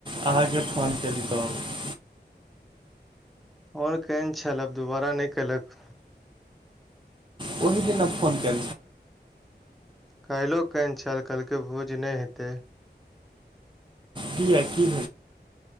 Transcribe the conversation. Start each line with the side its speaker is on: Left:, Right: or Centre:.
Right: अहाँकेँ फोन केली तऽ
Centre: ओर कने छालाप दुोबारा नहि कलक
Right: कोन ने फोन कर।
Centre: काल्हि कान छल कहलकै भोज नहि हेते
Right: ठीक छै